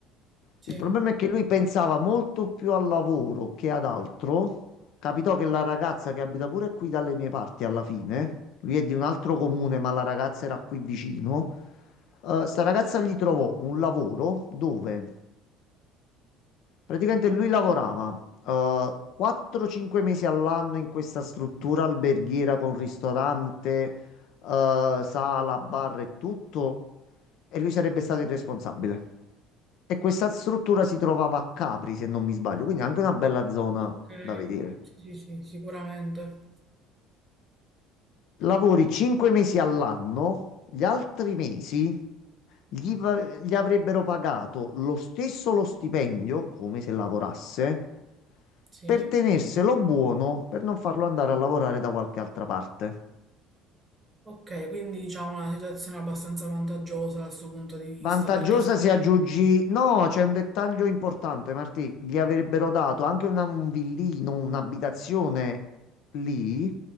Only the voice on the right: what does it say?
sì,
okay,
sì, sì, sì, sicuramente,
sì.
Okay, quindi diciamo una situazione abbastanza vantaggiosa dal suo punto di vista,
perché se
lav